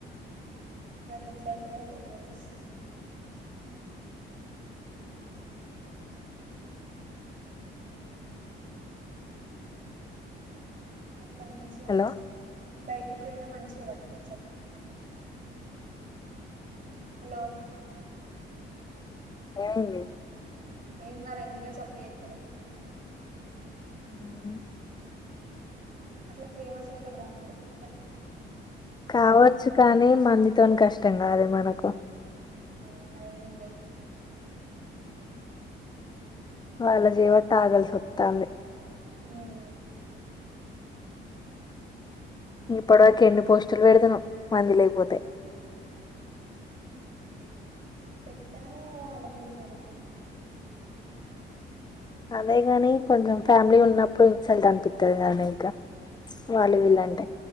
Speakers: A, on the right; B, on the left.
A: నాకెట్లయితరో ఇగ ఫ్రెండ్స్ అట్ల నిమ్స్ గా
B: హలో
A: ప్చ్ బైట్ ఇప్పుడైనా మంచిగ వటుకోవచ్చు అట్లా హలో
B: ఏమైంది
A: ఏం గాలే నువ్వే సప్పుడ్ ఏతలేవ్
B: ఆ
A: అట్లా ఫేమస్ అయితే బాగుండు కనీ
B: కావచ్చు కానీ మందితోని కష్టం కాదే మనకు
A: అవ్ అదే నిజ
B: వాళ్ళ జెవట్టి ఆగల్ సతంది
A: ఊ ఊ ఓకే
B: ఇప్పుడ దాక ఎన్ని పోస్టులు పెడతనో మంది లేపోతే
A: పెట్టాలే వాళ్ళ గురుంచి మనకెందుకు
B: అదేగాని కొంచెం ఫ్యామిలీ ఉన్నప్పుడు ఇన్సెల్ట్ అనిపితది కదనె ఇంకా
A: అంతే
B: వాళ్ళు వీళ్ళంటే
A: అదే